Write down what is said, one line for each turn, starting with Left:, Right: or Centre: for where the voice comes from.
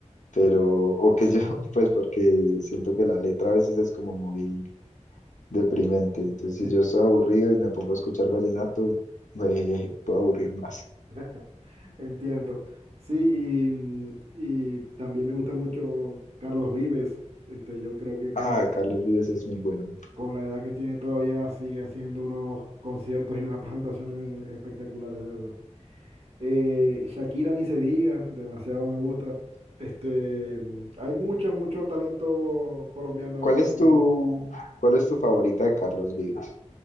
Left: pero, o que yo, <laughs> pues porque siento que la letra a veces es como muy deprimente, entonces si
Right: Sí.
Left: yo estoy aburrido y me pongo a escuchar vallenato, me <laughs> puedo aburrir más.
Right: <laughs> Entiendo. Sí, y, mm, y también me gusta mucho Carlos Vives. Este, yo creo que con
Left: Ah,
Right: la,
Left: Carlos Vives es muy bueno.
Right: con la edad que tiene todavía sigue haciendo unos conciertos y unas presentaciones espectaculares, de verdad. Eh, Shakira ni se diga, demasiado me gusta. Este, mm, hay mucho, mucho talento colombiano
Left: ¿Cuál
Right: ahora
Left: es
Right: mismo.
Left: tu, cuál es tu favorita de Carlos Vives?